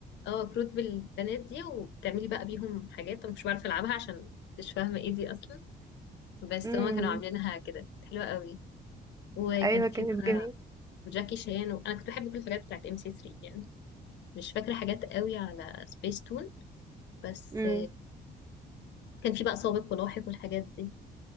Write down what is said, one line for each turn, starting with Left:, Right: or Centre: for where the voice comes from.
Left: اه كروت بالبنات دي وبتعملي بقى بيهم حاجات انا مش بعرف العبها عشان مش فاهمة ايه دي اصلا بس
Right: امم
Left: هما كانوا عاملينها كده كانت حلوة قوي وكان
Right: ايوه كانت
Left: في بقى
Right: جميله
Left: وجاكي شان وانا كنت بحب كل الحاجات بتاعت ام سي 3 يعني مش فاكره حاجات قوي على سبيس تون بس
Right: امم
Left: كان في بقى سابق ولاحق والحاجات دي